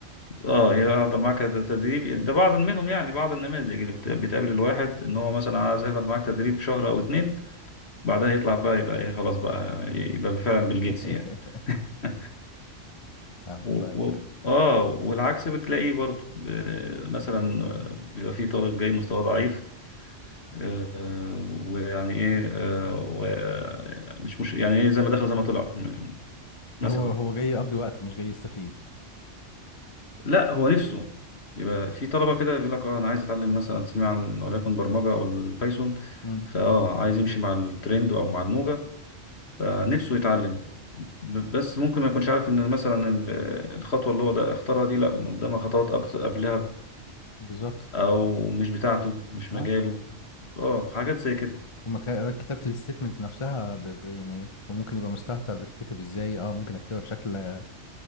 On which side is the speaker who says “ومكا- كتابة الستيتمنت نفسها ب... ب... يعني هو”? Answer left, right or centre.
Left